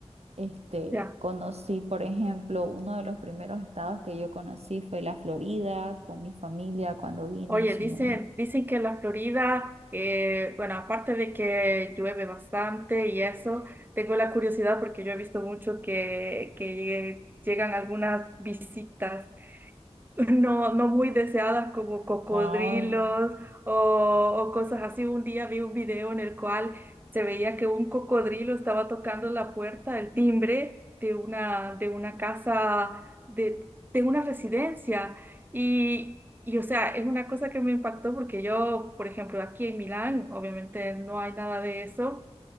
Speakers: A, on the right (about 65°); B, on the right (about 15°).
A: Este,
B: ya.
A: conocí, por ejemplo, uno de los primeros estados que yo conocí fue la Florida con mi familia cuando vine
B: Oye,
A: en su
B: dicen,
A: momento.
B: dicen que la Florida, eh, bueno, aparte de que llueve bastante y eso, tengo la curiosidad porque yo he visto mucho que, que llegan algunas visitas no, no muy deseadas como cocodrilos
A: Ay.
B: o, o cosas así. Un día vi un video en el cual se veía que un cocodrilo estaba tocando la puerta, el timbre de una, de una casa, de, de una residencia. Y, y, o sea, es una cosa que me impactó porque yo, por ejemplo, aquí en Milán, obviamente no hay nada de eso.